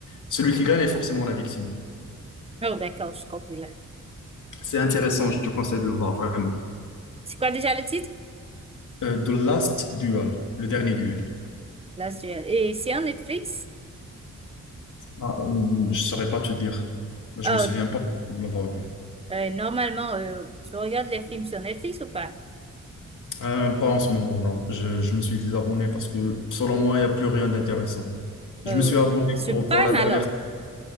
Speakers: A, on the left; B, on the right.
A: Celui qui gagne est forcément la victime.
B: Oh, d'accord. Je comprends là.
A: C'est intéressant, je te conseille de le voir vraiment.
B: C'est quoi déjà le titre?
A: Euh, The Last Duel, le dernier duel.
B: Last Duel. Et c'est en Netflix?
A: Ah, hum, je saurais pas te dire. Je
B: Euh,
A: me souviens pas de l'avoir vu.
B: euh, normalement, euh, tu regardes les films sur Netflix ou pas?
A: Euh, pas en ce moment, non. Je, je me suis désabonné parce que selon moi, il n'y a plus rien d'intéressant. Je
B: Euh,
A: me suis abonné
B: sur
A: pour,
B: Prime
A: pour la dernière.
B: alors?